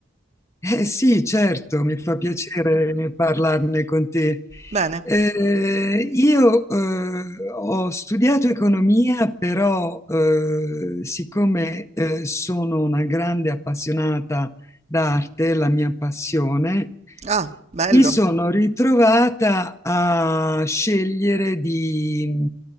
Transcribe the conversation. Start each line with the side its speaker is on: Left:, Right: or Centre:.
Left: Eh sì, certo, mi fa piacere parlarne con te.
Right: Bene.
Left: Eh, io eh, ho studiato economia, però eh, siccome eh, sono una grande appassionata d'arte, la mia passione,
Right: Ah, bello.
Left: mi sono ritrovata a scegliere di,